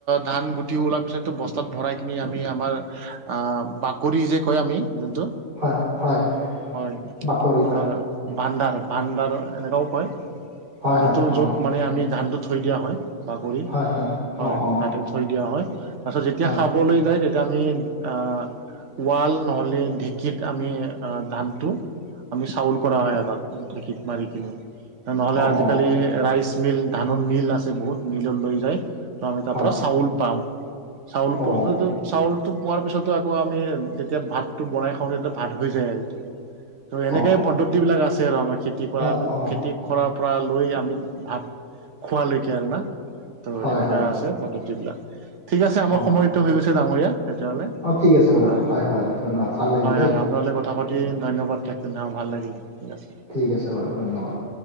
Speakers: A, on the right; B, on the right.
A: ধান গুটি ওলাৰ পিছততো বস্তাত ভৰাই কিনি আমি আমাৰ আ, বাকৰি যে কয় আমি যোনটো
B: হয়, হয়।
A: হয়,
B: বাকৰি হয়,
A: আমাৰ ভাণ্ডাৰ, ভাণ্ডাৰ এনেকাও কয়।
B: হয়,
A: যটো
B: হয়, অ,
A: য'ত মানে আমি ধানটো থৈ দিয়া হয়, বাকৰি
B: হয়,
A: হয়,
B: অ, অ,
A: তাতে থৈ দিয়া হয়। তাৰপাছত যেতিয়া
B: হয়,
A: খাবলৈ যায় তেতিয়া আমি আহ, ৱাল ন'হলে ঢেঁকীত আমি আহ ধানটো আমি চাউল কৰা হয় আ তাত ধেকীত মাৰি কিনে নহ'লে
B: অ,
A: আজিকালি
B: অ,
A: ৰাইচ মিল, ধানৰ মিল আছে বহুত মিলত লৈ যায়। <unintelligible> আমি তাৰ
B: হয়,
A: পৰা চাউল পাওঁ। চাউল <unintelligible>
B: অ,
A: চাউলটো পোৱাৰ পিছতো আকৌ আমি যেতিয়া ভাতটো বনাই খাওঁ, তেতিয়া ভাত হৈ যায় এইটো। ত', এনেকে
B: অ, অ,
A: পদ্ধতি বিলাক আছে আৰু আমাৰ খেতি কৰা
B: অ, অ,
A: খেতি কৰাৰ পৰা লৈ আমি ভাত খোৱালৈকে আৰু না। ত',
B: হয়,
A: এনেকা
B: হয়,
A: আছে পদ্ধতি বিলাক ঠিক আছে, আমাৰ
B: অ,
A: সময়তো হৈ গৈছে ডাঙৰীয়া। তেতিয়াহলে,
B: অ, ঠিক আছে বাৰু
A: হয়
B: ধন্যবাদ ভাল লাগিল
A: হয়,
B: দেই
A: হয়। আপোনালে কথা পা ধন্যবাদ থাকিল, ভাল লাগিলে। ঠিক আছে
B: ঠিক আছে বাৰু ধন্যবাদ।